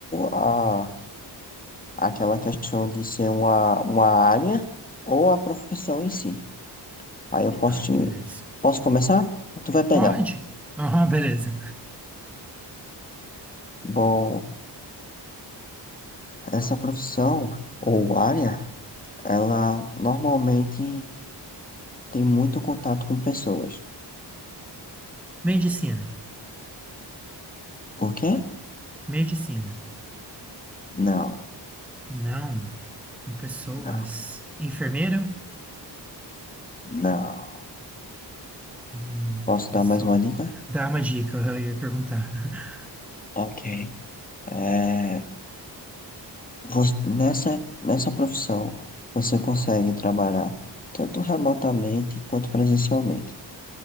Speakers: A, on the left; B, in the centre.
A: a, aquela questão de ser uma, uma área ou a profissão em si. Aí eu posso
B: Tá,
A: te,
B: beleza.
A: posso começar? Tu vai pegar.
B: Pode? Aham, beleza.
A: Bom, essa profissão ou área, ela normalmente tem muito contato com pessoas.
B: Medicina.
A: O quê?
B: Medicina.
A: Não,
B: Não. Com Pessoas.
A: não,
B: Enfermeira?
A: não.
B: Hum,
A: Posso
B: pessoas.
A: dar mais uma dica?
B: Dá uma dica, aham, eu ia perguntar. <laughs>
A: Ok. É, você- nessa, nessa profissão, você consegue trabalhar tanto remotamente quanto presencialmente.